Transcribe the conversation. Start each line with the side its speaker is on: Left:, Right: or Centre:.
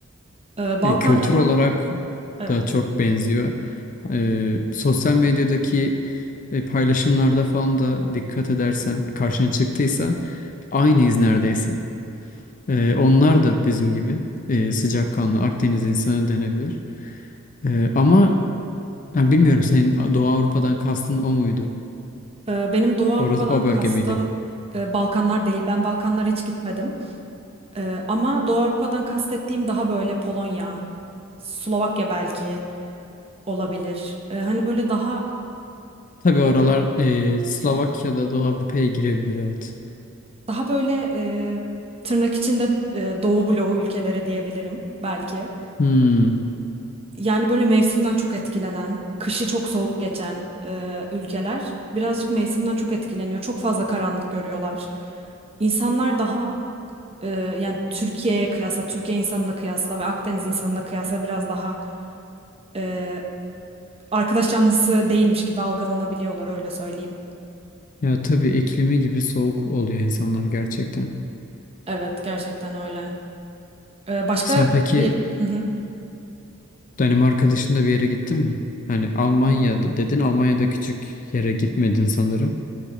Right: Ee, Balkanlara
Left: Ee, kültür olarak
Right: evet.
Left: da çok benziyor. Ee, sosyal medyadaki e, paylaşımlarda falan da dikkat edersen karşına çıktıysa aynıyız neredeyse. Ee, onlar da bizim gibi e, sıcakkanlı Akdeniz insanı denebilir. Ee, ama yani bilmiyorum senin Doğu Avrupa'dan kastın o muydu?
Right: Ee, benim Doğu Avrupa'dan
Left: Orası, o
Right: kastım
Left: bölge miydi?
Right: e, Balkanlar değil. Ben Balkanlara hiç gitmedim. Ee, ama Doğu Avrupa'dan kastettiğim daha böyle Polonya, Slovakya belki olabilir. Ee, hani böyle daha
Left: Tabii oralar
Right: e,
Left: e, Slovakya'da Doğu Avrupa'ya girebilir evet.
Right: Daha böyle e, tırnak içinde e, Doğu bloğu ülkeleri diyebilirim belki.
Left: Hmm.
Right: Yani böyle mevsimden çok etkilenen, kışı çok soğuk geçen e, ülkeler birazcık mevsimden çok etkileniyor. Çok fazla karanlık görüyorlar. İnsanlar daha e, yani Türkiye'ye kıyasla, Türkiye insanına kıyasla ve Akdeniz insanına kıyasla biraz daha e, arkadaş canlısı değilmiş gibi algılanabiliyorlar öyle söyleyeyim.
Left: Ya tabii iklimi gibi soğuk oluyor insanlar gerçekten.
Right: Evet gerçekten öyle. E, başka
Left: Sen peki
Right: bir... <laughs>
Left: Danimarka dışında bir yere gittin mi? Yani Almanya'da dedin Almanya'da küçük yere gitmedin sanırım.